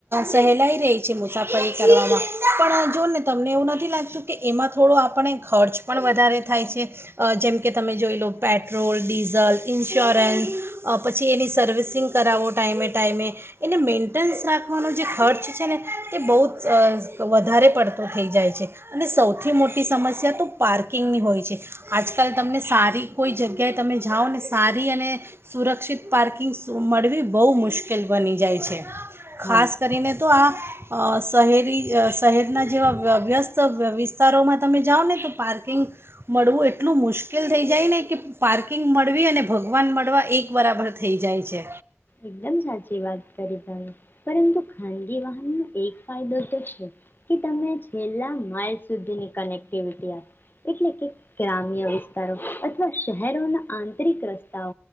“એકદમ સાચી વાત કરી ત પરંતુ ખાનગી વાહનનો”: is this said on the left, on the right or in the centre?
Left